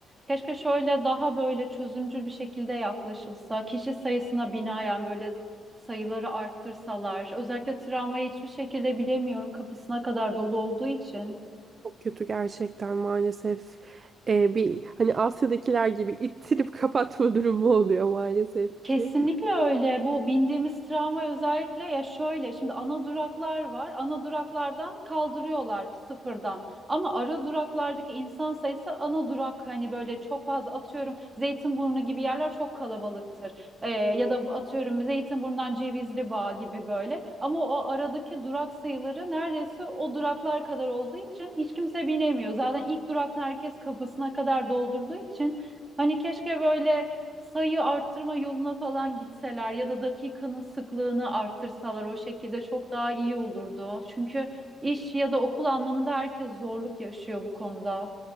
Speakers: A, on the right; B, on the right.
A: keşke şöyle daha böyle çözümcül bir şekilde yaklaşılsa kişi sayısına binaen böyle sayıları arttırsalar özellikle tramvayı hiçbir şekilde bilemiyorum kapısına kadar dolu olduğu için.
B: Çok kötü gerçekten maalesef. Ee, bir hani Asya'dakiler gibi ittirip <laughs> kapatma durumu oluyor maalesef
A: Kesinlikle
B: ki.
A: öyle. Bu bindiğimiz tramvay özellikle ya şöyle şimdi ana duraklar var. Ana duraklardan kaldırıyorlar sıfırdan. Ama ara duraklardaki insan sayısı ana durak hani böyle çok fazla atıyorum Zeytinburnu gibi yerler çok kalabalıktır. Ee, ya da atıyorum Zeytinburnu'ndan Cevizli gibi böyle. Ama o aradaki durak sayıları neredeyse o duraklar kadar olduğu için hiç kimse binemiyor. Zaten ilk duraktan herkes kapısına kadar doldurduğu için hani keşke böyle sayı artırma yoluna falan gitseler ya da dakikanın sıklığını artırsalar o şekilde çok daha iyi olurdu. Çünkü iş ya da okul anlamında herkes zorluk yaşıyor bu konuda.